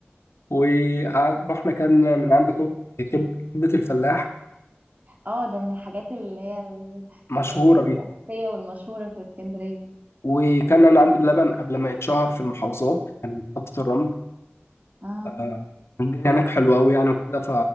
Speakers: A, on the left; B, on the right.
A: ورحنا كان من عند كب... كب... كبدة الفلاح
B: اه ده من الحاجات اللي هي ال-
A: ومشهورة
B: الحاجات
A: بيه
B: الأساسية والمشهورة في اسكندرية
A: وكان من عند بلبن قبل ما يتشهر في المحافظات كان محطة الرمل
B: اه
A: آه، الدنيا هناك حلوة أوي يعني وكده ف